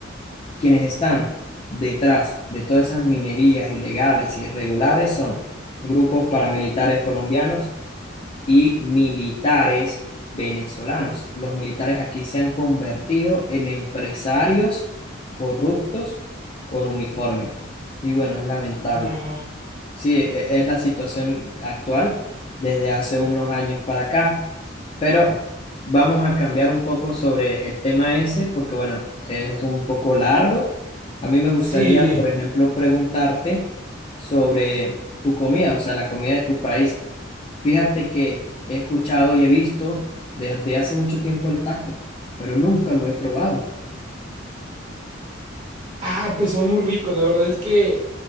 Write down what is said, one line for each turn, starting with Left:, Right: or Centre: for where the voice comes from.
Left: quienes están detrás de todas esas minerías ilegales e irregulares son grupos paramilitares colombianos y militares venezolanos. Los militares aquí se han convertido en empresarios corruptos con uniforme. Y bueno, es lamentable.
Right: Wow.
Left: Sí, e- es la situación actual desde hace unos años para acá, pero vamos a cambiar un poco sobre el tema ese porque, bueno, es un poco largo. A mí me gustaría,
Right: Sí.
Left: por ejemplo, preguntarte sobre tu comida, o sea, la comida de tu país. Fíjate que he escuchado y he visto desde hace mucho tiempo el taco, pero nunca lo he probado.
Right: Ah, pues son muy ricos. La verdad es que